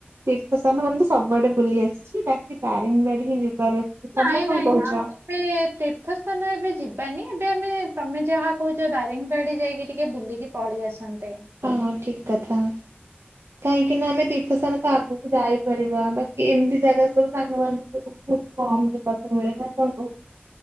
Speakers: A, on the right; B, on the right.
A: ତୀର୍ଥସ୍ଥାନ ମାନେ ତ ସବୁଆଡେ ବୁଲି ଆସିଛି ବାକି ଦାରିଙ୍ଗବାଡି ହିଁ ଯିବାର ଅଛି?
B: ନାଇଁ
A: ତମେ କଣ
B: ନାଇଁ
A: କହୁଛ?
B: ଆ ଏବେ ତୀର୍ଥ ସ୍ଥାନ ଏବେ ଯିବାନି ଏବେ ଆମେ ତମେ ଯାହା କହୁଛ ଦାରିଙ୍ଗବାଡି ଯାଇକି ଟିକେ ବୁଲିକି ପଳେଇ ଆସନ୍ତେ।
A: ହଁ ଠିକ କଥା କାହିଁକି ନା ଆମେ ତୀର୍ଥସ୍ଥାନ ତ ଆଗକୁ ଯାଇପାରିବା ବାକି ଏମିତି ଜାଗା ସବୁ ସାଙ୍ଗମାନାନଙ୍କୁ ସ ବହୁ କଛି ପସନ୍ଦ ନା କଣ କହୁଛ?